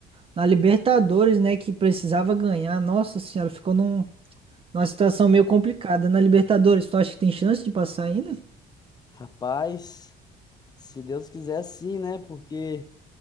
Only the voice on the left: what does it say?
Rapaz, se Deus quiser sim, né? Porque